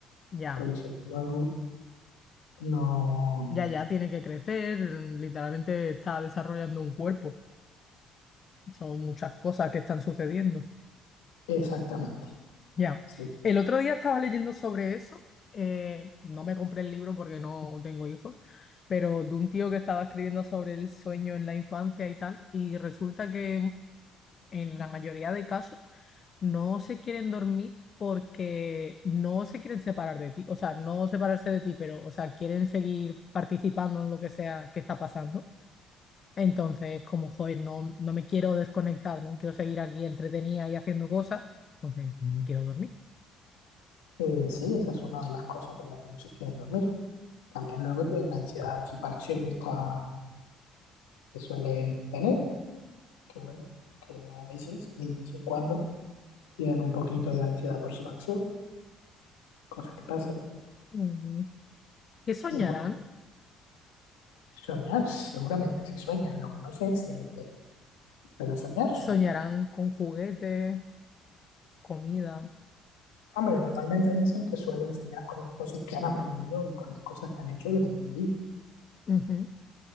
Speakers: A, on the left (about 40°); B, on the left (about 80°).
A: Ya,
B: porque si luego no...
A: ya, ya tiene que crecer. mm, Literalmente está desarrollando un cuerpo. Son muchas cosas que están sucediendo.
B: Exactamente.
A: Ya.
B: sí.
A: El otro día estaba leyendo sobre eso. eh, no me compré el libro porque no tengo hijos, pero de un tío que estaba escribiendo sobre el sueño en la infancia y tal. Y resulta que en la mayoría de casos, no se quieren dormir porque no se quieren separar de ti, o sea, no separarse de ti, pero, o sea, quieren seguir participando en lo que sea que está pasando. Entonces, como, joder, no, no me quiero desconectar, no quiero seguir aquí entretenida y haciendo cosas, entonces no me quiero dormir.
B: Eh, sí, esa es una de las cosas por las que no se quieren dormir. También luego tienen la ansiedad de separación esta que suelen tener, que bueno, que a veces y de vez en cuando tienen un poquito de ansiedad por separación, cosas que pasan.
A: Mm. ¿Qué soñarán?
B: Y bueno, soñar, seguramente sí sueñan, lo que no sé es el qué, pero soñar sueñan.
A: Soñarán con juguetes, comida.
B: Hombre, normalmente dicen que suelen soñar con las cosas que han aprendido y con las cosas que han hecho durante el día.
A: Ujú,